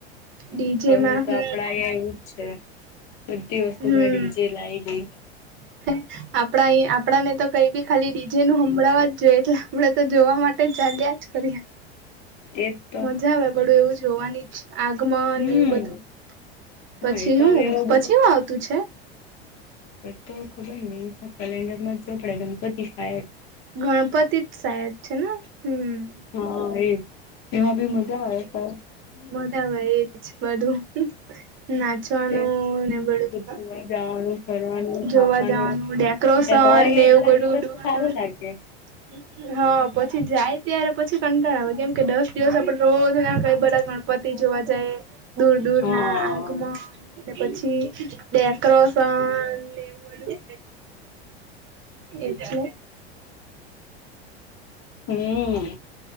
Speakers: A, on the right; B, on the left.
A: ડીજેમાં
B: હવેડે તો
A: હમ
B: આપડા અહીયા એવું જ છે. બધી વસ્તુમાં
A: હમ
B: ડીજે લાય દે
A: <inaudible> આપણા આપણા ને તો કઈ બી ખાલી ડીજે નું હમભળાવા જ જોઈએ એટલે આપડે તો જોવા માટે ચાલ્યા કરીએ
B: એજ તો
A: મજા આવે બડું એવું જોવાની જ આગમન
B: હમ
A: એવું બધું
B: હા
A: પછી
B: એ તો
A: હું
B: હવે એવું
A: પછી હુ આવતું છે?
B: એક તો ખબર નહી કેલેન્ડરમાં જ જોવા પડે ગનપતી શાયદ
A: ગણપતિ જ સાયદ છે, ને હમ
B: હા એજ એમાં બી મજા આવે <unintelligible>
A: મોટા ભાઈ એજ બધું ના ચવાનુ
B: તે
A: ને બધુ
B: બધું જવાનું ફરવાનું ખાવાનું
A: જોવા જવાનું ડે ક્રોશન
B: હોય
A: નેવુંબધું
B: એટલા દિવસ તો સારું લાગે
A: <unintelligible> હ પછી જાય ત્યારે પછી કંટાળ આવે કેમ કે દસ દિવસ આપ રોજ કઈ બધા ગણ પતિ જોવા જાયે દૂર દૂર
B: હા
A: ના આગમન ને પછી ડેક્રોસન ને એવુ બધું એજ ને
B: હમ